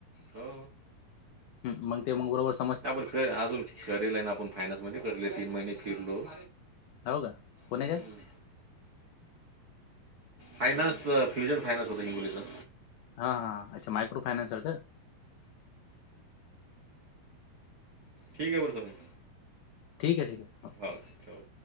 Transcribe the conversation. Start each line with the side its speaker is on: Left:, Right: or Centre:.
Right: हो.
Left: हु मंग ते मग बरोबरच
Right: आपण ख अजून करेल आय ना, आपूण फायनान्स मध्ये करले तीन महिने फिरलो.
Left: हौ का? कुणी
Right: हं.
Left: <unintelligible>
Right: फायनान्स फ्युजन फायनान्स होत हिंगोलीच
Left: हा हा अच्छा! मायक्रो फायनान्स सारख
Right: ठीक ये बरसामन
Left: ठीक ये ठीक ये हा
Right: हा ठेव